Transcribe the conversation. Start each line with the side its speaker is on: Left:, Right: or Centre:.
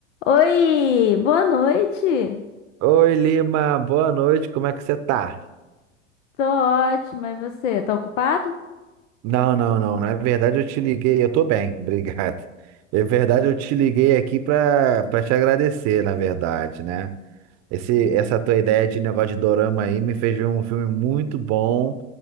Left: Oi, boa noite.
Right: Oi, Lima, boa noite, como é que você tá?
Left: Tô ótima, e você? Tá ocupado?
Right: Não, não, não, na verdade eu te liguei, eu tô bem, <laughs> obrigado. Na verdade eu te liguei aqui pra, pra te agradecer, na verdade, né? Esse,
Left: Hum.
Right: essa tua ideia de negócio de dorama aí me fez ver um filme muito bom